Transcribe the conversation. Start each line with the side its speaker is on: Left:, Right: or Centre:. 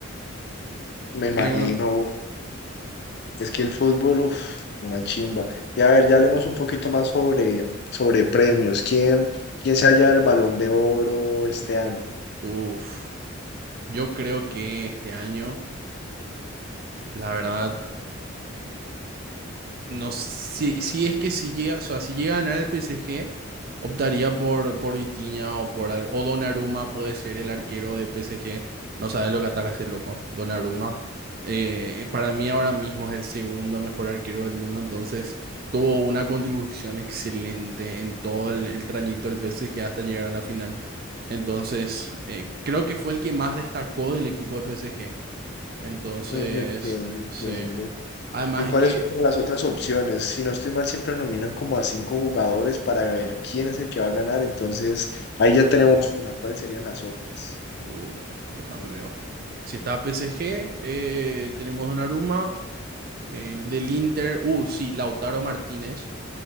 Left: Me imagino,
Right: Le cono-
Left: es que el fútbol, uf, una chimba. Y a ver, ya hablemos un poquito más sobre, sobre premios. ¿Quién, quién se halla el Balón de Oro este año?
Right: Uf, yo creo que este año, la verdad, No, si, si es que si llega, o sea, si llega a ganar el PSG, optaría por, por Vitinha o por al- o Donnarumma puede ser el arquero de PSG. No sabe lo que ataca ese loco, Donnarumma. Eh, para mí ahora mismo es el segundo mejor arquero del mundo, entonces tuvo una contribución excelente en todo el, el trayecto del PSG hasta llegar a la final. Entonces, eh, creo que fue el que más destacó del equipo de PSG. Entonces,
Left: Mm, Entiendo, entiendo.
Right: sí. Además
Left: ¿Y cuáles
Right: es que
Left: son como las otras opciones? Si no estoy mal, siempre nominan como a cinco jugadores para ver quién es el que va a ganar. Entonces, ahí ya tenemos una. ¿Cuáles serían las otras?
Right: Uh, déjame ver. Si está PSG, eh, tenemos Donnarumma. eh, del Inter, uh, sí, Lautaro Martínez